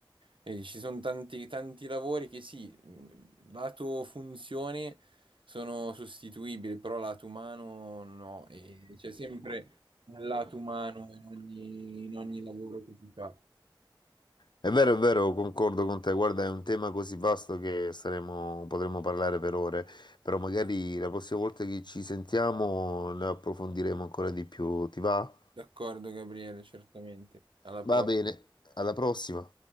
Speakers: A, on the right; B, on the left.
A: eh, ci sono tanti, tanti lavori che sì, mh, lato funzione sono sostituibili, però lato umano no. E c'è sempre un lato umano in ogni, in ogni lavoro che si fa.
B: è vero, è vero, concordo con te. Guarda, è un tema così vasto che saremo, potremmo parlare per ore, però magari la prossima volta che ci sentiamo ne approfondiremo ancora di più. Ti va?
A: D'accordo, Gabriele, certamente. Alla
B: Va
A: prossima.
B: bene, alla prossima.